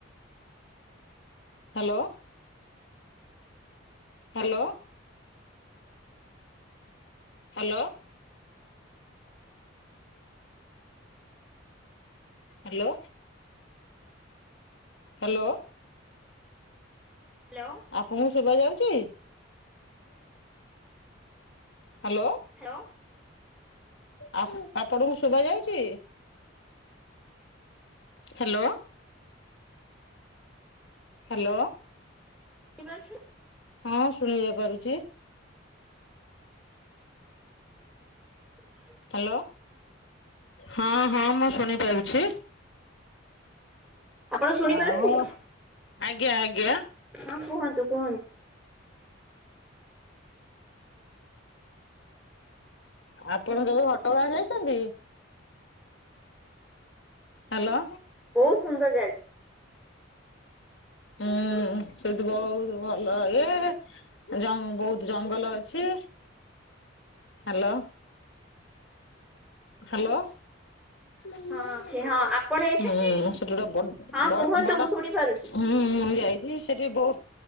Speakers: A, on the left; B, in the centre.
A: hello. Hello. Hello. Hello. Hello.
B: Hello.
A: ଆପଣଙ୍କୁ ଶୁବାଯାଉଚି? ହାଲୋ।
B: ହାଲୋ।
A: ଆ ଆପଣଙ୍କୁ ଶୁବାଯାଉଚି? ହାଲୋ। ହାଲୋ।
B: <unintelligible>
A: ହଁ <unintelligible> ପାରୁଚି।
B: <inaudible>
A: ହାଲୋ, ହଁ-ହଁ ମୁଁ ଶୁଣିପାରୁଛି।
B: ଆପଣ ଶୁଣିପାରୁଛନ୍ତି
A: ଆଉ, ଆଜ୍ଞା-ଆଜ୍ଞା।
B: ହଁ କୁହନ୍ତୁ-କୁହନ୍ତୁ।
A: ଆପଣ କେବେ ଘଟଗାଁ ଯାଇଚନ୍ତି? ହାଲୋ।
B: ବହୁତ ସୁନ୍ଦର୍ ଜାଗା।
A: ହୁଁ ସେଠି ବହୁତ୍ ଭଲ, ଏ ଜଙ୍ଗ ବହୁତ୍ ଜଙ୍ଗଲ ଅଛି, ହାଲୋ। ହାଲୋ। ହୁଁ
B: ହଁ ଅଛି ହଁ ଆପଣ ଯାଇଛନ୍ତି?
A: ସେଟି ଗୋଟେ
B: ହଁ
A: ବଡ୍
B: କୁହନ୍ତୁ
A: ବଡ଼
B: ମୁଁ ଶୁଣି ପାରୁଛି
A: ହୁଁ ମୁଁ ଯାଇଚି, ସେଠି ବହୁ